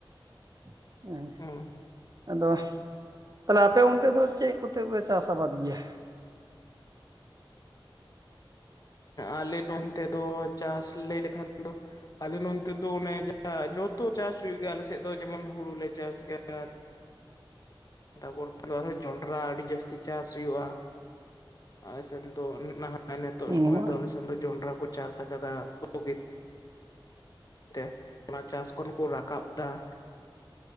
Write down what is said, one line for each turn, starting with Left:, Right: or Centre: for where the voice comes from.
Right: ᱾
Left: ᱦᱩᱸ
Right: ᱟᱫᱚ ᱛᱟᱞᱮ ᱟᱯᱮ ᱚᱱᱛᱮ ᱫᱚ ᱪᱮᱫ ᱠᱚᱛᱮ ᱯᱮ ᱪᱟᱥ ᱟᱵᱟᱫ ᱜᱮᱭᱟ?
Left: ᱟᱞᱮ ᱱᱚᱱᱛᱮ ᱫᱚ ᱪᱟᱥ ᱞᱟᱹᱭ ᱞᱮᱠᱷᱟᱱ ᱫᱚ ᱟᱞᱮ ᱱᱚᱱᱛᱮ ᱫᱚ ᱚᱱᱮ ᱡᱚᱛᱚ ᱪᱟᱥ ᱦᱩᱭᱩᱜ ᱜᱮᱭᱟ ᱟᱞᱮ ᱥᱮᱫ ᱫᱚ ᱡᱮᱢᱚᱱ ᱦᱩᱲᱩ ᱞᱮ ᱪᱟᱥ ᱜᱮᱭᱟ ᱾ ᱛᱟᱯᱚᱨ ᱡᱚᱱᱰᱨᱟ ᱟᱹᱰᱤ ᱡᱟᱹᱥᱛᱤ ᱪᱟᱥ ᱦᱩᱭᱩᱜᱼᱟ ᱾ ᱟᱞᱮ ᱥᱮᱱ ᱫᱚ ᱱᱟᱦᱟᱜ ᱱᱤᱛᱳᱜ
Right: ᱚ
Left: ᱥᱚᱢᱚᱭ ᱫᱚ ᱟᱞᱮ ᱥᱮᱱ ᱫᱚ ᱡᱚᱱᱰᱨᱟ ᱠᱚ ᱪᱟᱥ ᱟᱠᱟᱫᱟ ᱵᱩᱜᱤ ᱼᱼ ᱛᱮ ᱚᱱᱟ ᱪᱟᱥ ᱠᱷᱚᱱ ᱠᱚ ᱨᱟᱠᱟᱵ ᱫᱟ ᱾